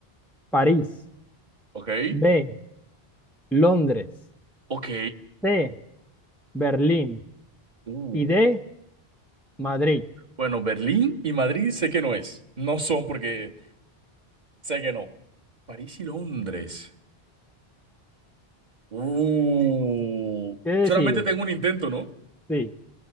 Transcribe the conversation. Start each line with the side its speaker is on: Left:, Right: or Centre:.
Centre: París,
Right: Ok,
Centre: B, Londres,
Right: ok.
Centre: C, Berlín
Right: Uh.
Centre: y D, Madrid.
Right: Bueno, Berlín y Madrid sé que no es. No son porque Sé que no. París y Londres. Uh,
Centre: ¿Qué decides?
Right: solamente tengo un intento, ¿no?
Centre: Sí,